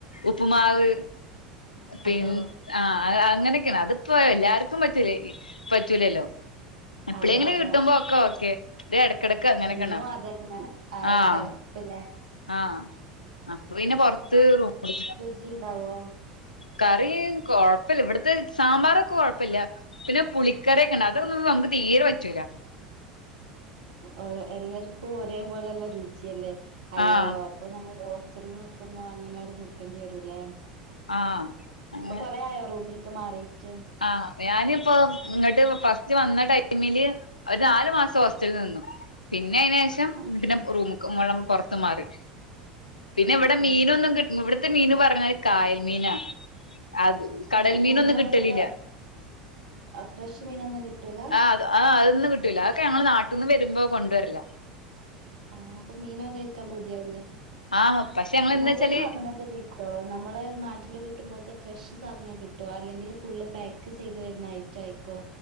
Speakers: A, on the left; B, on the right.
A: ഉപ്പുമാവ് പിന്ന
B: അതോ
A: ആഹ് അങ്ങനെയൊക്കെയാണ് അതിപ്പോ എല്ലാർക്കും പറ്റൂല പറ്റൂലല്ലോ എപ്പളേങ്കിലും
B: അതെ അതെ
A: കിട്ടുമ്പോ ഒക്കെ ഇത് എടക്കടക്ക് അങ്ങനെയൊക്കെണ്ട
B: എന്നും അതന്നെ ആയ
A: ആഹ്
B: ചടപ്പല്ലേ
A: ആഹ് അപ്പൊ പിന്നെ പൊറത്ത് റൂം കൊടു
B: ജി ഇണ്ടാവോ
A: കറി കൊഴപ്പല്ല ഇവിടത്തെ സാമ്പാറൊക്കെ കൊഴപ്പല്ല പിന്നെ പുളിക്കറിഒക്കെ അതൊന്നും നമുക്ക് തീരെ പറ്റൂല്ല
B: ആഹ് എല്ലാർക്കും ഒരേപോലെയുള്ള രുചിയല്ലേ അല്ലാലോ
A: ആഹ്
B: അപ്പൊ നമ്മൾ ഹോസ്റ്റൽല് നിക്കുമ്പോ അങ്ങനാട് നിക്കണ്ടി വരൂല്ലേ.
A: ആഹ് അങ്ങ
B: ഇപ്പൊ കൊറേ ആയോ റൂമിൽക്ക് മാറിട്ട്
A: ആഹ് ഞാനിപ്പോ ഇങ്ങട്ട് ഫസ്റ്റ് വന്ന ടൈമില് ഒര് നാല് മാസം ഹോസ്റ്റൽല് നിന്നു. പിന്നെ അയ്‌നേ ഷം
B: ആഹ്
A: പിന്നെ റൂമ്ക്ക് മൊളം പുറത്ത് മാറി. പിന്നെ ഇവടെ
B: ആഹ് ആഹ്
A: മീനൊന്നും കി ഇവ്ട്ത്തെ മീൻ പറഞ്ഞാല് കായൽ മീനാ അത് കടൽ
B: ഏഹ്
A: മീനൊന്നും
B: നമ്മളെവെട്ത്തെ
A: കിട്ടലില്ല
B: ഫ്രഷ് മീനൊന്നും കിട്ടൂല?
A: ആഹ് അത് അ അതൊന്നും കിട്ടൂല്ല. അതൊക്കെ ഞങ്ങള് നാട്ട്ന്ന് വരുമ്പോ കൊണ്ട് വരലാ.
B: ആഹ് അപ്പം മീനൊക്കെ കഴിക്കാൻ പൂതിയാവൂല്ലേ?
A: ആഹ് പക്ഷെ ഞങ്ങള് എന്താച്ചാല്
B: നല്ല സാധനൊക്കെ കയ് ക്കോ? നമ്മളെ നാട്ടില് കിട്ടുമ്പോൽത്തെ ഫ്രഷ് സാധനങ്ങള് കിട്ടോ? അല്ലെങ്കിൽ ഫുള്ള് പാക്ക് ചെയ്ത് വരുന്ന ഐ റ്റായിക്കോ?